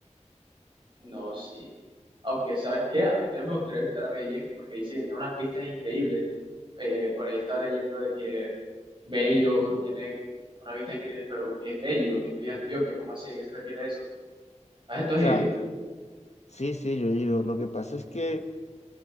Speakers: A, on the right; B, on the left.
A: No, sí. Aunque, ¿sabes qué? A mí también me gustaría visitar a Medellín porque dice que tiene unas vistas increíbles. Eh, por ahí estaba leyendo de que Bello tiene una vista increíble, pero ¿qué es Bello? ¿Qué es Bello Antioquia? ¿Cómo así? ¿A qué se refiere eso? ¿A esto has
B: sea,
A: ido?
B: sí, sí, yo he ido. Lo que pasa es que